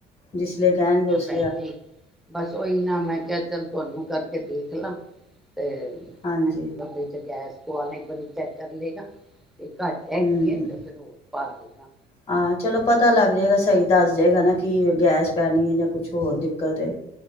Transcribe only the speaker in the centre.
ਭੈਂਜੀ, ਬਸ ਉਹੀ ਨਾ ਮੈਂ ਕਿਹਾ ਚੱਲ ਤੁਹਾਨੂੰ ਕਰਕੇ ਦੇਖ ਲਾਂ। ਤੇ
ਮੈਂ ਵੀ ਵੱਡੇ ਚ ਗੈਸ ਉਵਾਲਣੇਂ ਕ ਚੈੱਕ ਕਰ ਲੇਗਾ ਤੇ ਘੱਟ ਹੈਗੀ
ਐ ਤੇ ਫੇਰ ਹੋਰ ਪਾ ਦੇਗਾ।